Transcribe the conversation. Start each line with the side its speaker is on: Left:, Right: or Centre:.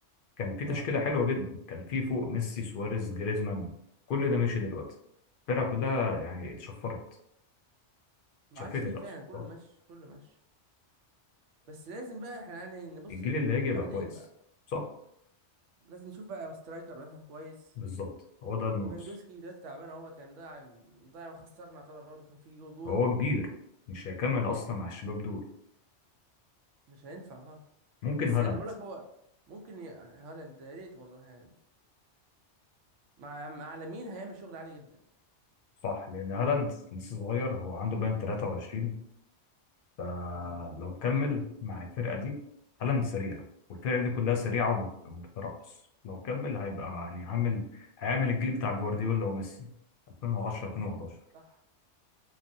Left: كان في
Right: اه
Left: تشكيلة حلوة جدا كان في فوق ميسي سواريز جريزمان كل ده ماشي دلوقتي الفرقة كلها يعني اتشفرت
Right: ما
Left: اتشفتت
Right: عادش فيه
Left: أقصد
Right: فعلا كله
Left: آه.
Right: ماشي كله ماشي بس لازم بقى احنا يعني نبص
Left: فالجيل
Right: اللي
Left: اللي هيجي يبقى
Right: بعدين
Left: كويس
Right: بقى
Left: صح
Right: لازم نشوف بقى سترايكر مثلا كويس
Left: بالظبط هو ده اللي
Right: ليفاندوسكي
Left: ناقص
Right: دلوقتي تعبان اهوت يعني مضيع مضيع ما خسرنا يعتبر برضه كان في جو- جون
Left: هو كبير مش هيكمل أصلا على الشباب دول
Right: مش هينفع اه
Left: ممكن
Right: بس
Left: هالاند
Right: يعني بقول لك هو ممكن ي... هالاند يا ريت والله هالاند مع مع لامين هيعمل شغل عالي جدا
Left: صح لان هالاند لسه صغير هو عنده باين 23 فلو
Right: امم
Left: كمل مع الفرقه دي هالاند سريع والفرقه دي كلها سريعه وبت- وبترقص لو كمل هيبقى يعني عامل هيعمل الجيل بتاع جوارديولا وميسي 2010 2011
Right: صح